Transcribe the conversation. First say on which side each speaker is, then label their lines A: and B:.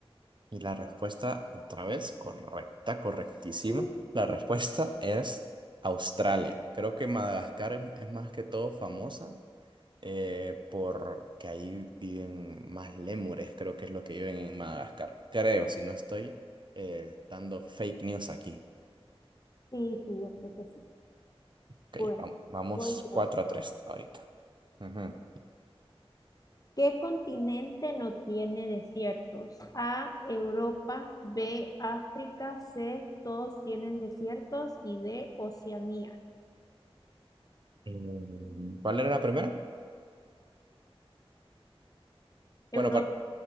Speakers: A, on the right; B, on the left.
A: Y la respuesta, otra vez, correcta, correctísima.
B: Mm,
A: La respuesta es Australia. Creo que Madagascar es, es más que todo famosa eh, porque ahí viven más lémures, creo que es lo que viven en Madagascar. Creo, si no estoy eh, dando fake news aquí.
B: Sí, sí, yo creo que sí.
A: Ok,
B: Bueno,
A: vam- vamos
B: voy
A: 4
B: yo.
A: a 3 ahorita. Ujú.
B: ¿Qué continente no tiene desiertos? A, Europa, B, África, C, todos tienen desiertos y D, Oceanía.
A: Eh, ¿Cuál era la primera?
B: Europa,
A: Bueno, cuál-